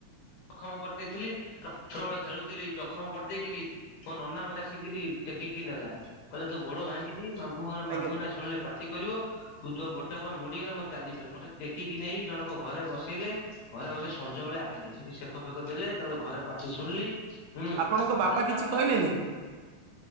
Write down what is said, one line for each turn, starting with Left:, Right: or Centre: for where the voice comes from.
Left: ଜଖମ କରିଦେଇଥିଲି ର ଛୁଆବେଳେ ଖେଳୁଥିଲି ଜଖମ କରିଦେଇକିରି ମୋ ନନା ମତେ ଆସିକିରି ଟେକିକି ନେଲା କହିଲେ ତୋ ଗୋଡ ଭାଙ୍ଗି ଚି ମାମୁଁଘର
Right: ଆଜ୍ଞା
Left: ମାମୁଁ ଏଇନା ଶୁଣଲେ ପାଟି କରିବ। ତୁ ତୋ ଗୋଟେ କଣ ମୋଡିଗଲେ ମୁଁ ଆଉ ଚାଲି ପାଇଲିନି ମତେ ଟେକିକି ନେଇକି ଜଣଙ୍କ ଘରେ ବସେଇଲେ ଘରେ ବସିକି ସଞ୍ଜବେଳେ ଆଇଁଲି ସେଠି ସେକ ଫେକ ଦେଲେ ତାପରେ ଘରେ ପାଟି ଶୁଣଲି ହୁଁ
Right: ଆପଣଙ୍କ ବାପା
Left: ଆଉ ତାପରେ
Right: କିଛି କହିଲେନି?
Left: ତା